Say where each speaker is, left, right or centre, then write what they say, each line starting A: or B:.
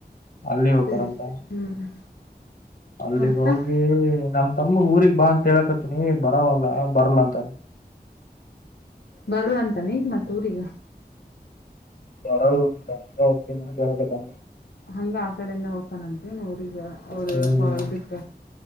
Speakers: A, on the left; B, on the left.
A: ಅಲ್ಲಿ ಹೋಗರಂತ
B: ಸರಿ ಸರಿ ಹ್ಮ್
A: ಅಲ್ಲಿಗ್
B: ಮತ್ತ
A: ಹೋಗಿ ನಮ್ ತಮ್ಮ ಊರಿಗ್ ಬಾ ಅಂತ ಹೇಳಕತ್ತಿನಿ ಬರಾವವಲ್ಲ ಬರಲ್ವ ಅಂತ
B: ಬರಲ್ಲ ಅಂತ ನೀ ಮತ್ ಊರಿಗ
A: ಬರಲ್ಲಂತೆ ಸುಮ್ಮನೆ ಕೇಳಕತ್ತಾನ
B: ಹಂಗೆ ಆ ಕಡೆಯಿಂದ‌ ಹೋಗತ್ತಾನೆ ಅಂತೇನ್ ಹುಡುಗಿ ಅವರು
A: ಹ್ಮ್
B: ಇದಕ್ಕ.